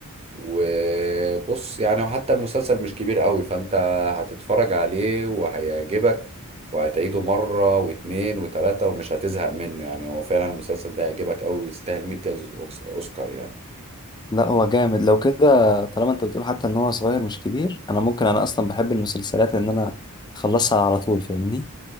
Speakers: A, on the right; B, on the left.
A: وبص يعني وحتى المسلسل مش كبير قوي فانت هتتفرج عليه وهيعجبك وهتعيده مرة واتنين وتلاتة ومش هتزهق منه يعني هو فعلا المسلسل ده هيعجبك قوي ويستاهل 100 جائزة أوكس- أوسكار يعني
B: لا هو جامد لو كده طالما انت بتقول حتى ان هو صغير مش كبير انا ممكن انا اصلا بحب المسلسلات ان انا اخلصها على طول فاهمني